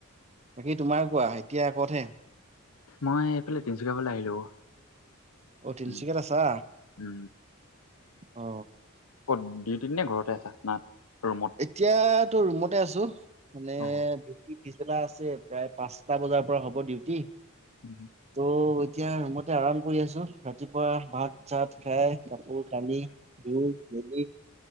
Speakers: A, on the right; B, on the left.
A: বাকী, তোমাৰ কোৱা, এতিয়া ক'তহে?
B: মই, এইফালে, তিনচুকীয়া ফালে আহিলো।
A: অ', তিনিচুকীয়াত
B: উম
A: আছা,
B: উম
A: অ'।
B: কত, ডিউটিত নে ঘৰতে আছা? না, ৰুমত?
A: এতিয়া টো ৰুমতে আছো। মানে,
B: অ
A: পিছবেলা আছে। প্ৰায় পাঁচটা বজাৰ পৰা হ'ব ডিউটি।
B: উম।
A: ত' এতিয়া ৰুমতে আৰাম কৰি আছোঁ। ৰাতিপুৱা ভাত চাত খাই, কাপোৰ কানি ধুই মেলি,